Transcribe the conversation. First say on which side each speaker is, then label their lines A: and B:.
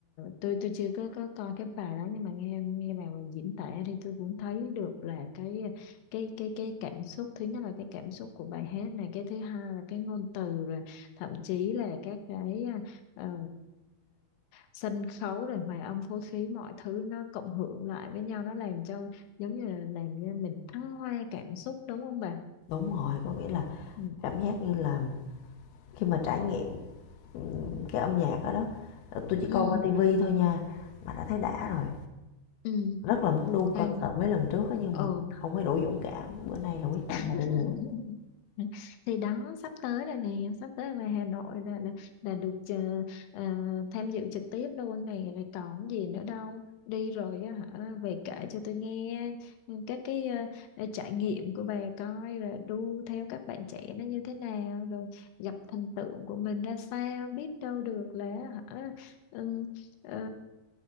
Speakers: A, on the left; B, on the left.
A: tôi tôi chưa có có coi cái bài đó nhưng mà nghe nghe bà diễn tả thì tôi cũng thấy được là cái cái cái cái cảm xúc thứ nhất là cái cảm xúc của bài hát này cái thứ hai là cái ngôn từ rồi thậm chí là các cái ờ, ờ, sân khấu rồi hòa âm phối khí mọi thứ nó cộng hưởng lại với nhau nó làm cho giống như là làm cho mình thăng hoa cảm xúc đúng không bà?
B: đúng rồi có nghĩa là
A: Ừ
B: cảm giác như là khi mà trải nghiệm ừ, cái âm nhạc đó đó ờ, tôi chỉ
A: ừ
B: coi qua tivi thôi nha mà đã thấy đã rồi
A: ừ
B: Rất là muốn đu concert
A: Ê,
B: mấy lần trước á, nhưng
A: ừ
B: mà không có đủ dũng cảm. Bữa nay là quyết tâm
A: <laughs>
B: mà đi rồi đó.
A: thì đó sắp tới là nè sắp tới ở ngoài Hà Nội là là, là được ờ, ờ, tham dự trực tiếp luôn này rồi còn gì nữa đâu đi rồi á hả về kể cho tôi nghe ừ, các cái ờ, ờ, trải nghiệm của bà coi rồi đu theo các bạn trẻ nó như thế nào rồi gặp thần tượng của mình ra sao biết đâu được là hả ừm, ờ,